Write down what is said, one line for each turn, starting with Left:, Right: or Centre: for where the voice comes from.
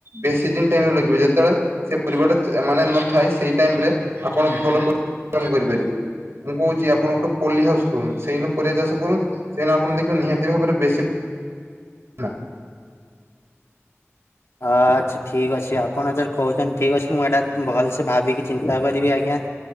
Right: ବେଶୀ ଦିନ ଟାଇମରେ ଲଗିବେ। ଯେତେବେଳେ ସେ ପରିବାଟା ମାନେ ନଥାଏ। ସେଇ ଟାଇମ ରେ ଆପଣ ଭଲ ପରିଶ୍ରମ କରିପାରିବେ। ମୁଁ କହୁଛି ଆପଣ ଗୋଟେ ପୋଲି ହାଉସ କରୁନ ସେଇଦିନ ପରିବା ଚାଷ କରୁ ସେଦିନ ଆପଣ ଦେଖିବେ। ନିହାତି ଭାବରେ ବେଶୀ ନା।
Left: ଆଠ୍ ଠିକ୍ ଅଛି ଆପଣ ଯର କହୁଛନ୍ତି ଠିକ୍ ଅଛି। ମୁଁ ଏଇଟା ଭଲସେ ଭାବିକି ଚିନ୍ତା କରିବି ଆଜ୍ଞା।